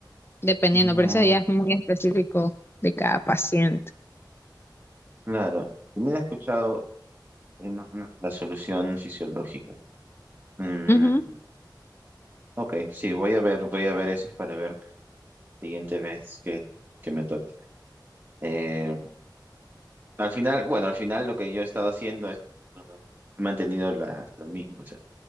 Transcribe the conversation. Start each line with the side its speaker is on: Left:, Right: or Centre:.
Left: dependiendo,
Right: no,
Left: pero eso ya es muy específico de cada paciente.
Right: claro, también he escuchado una- una- la solución fisiológica. Mm,
Left: Ujú,
Right: Ok, sí, voy a ver, voy a ver esas para ver siguiente vez que, que me toque. Eh, al final, bueno, al final lo que yo he estado haciendo es he mantenido la, lo mismo. o sea,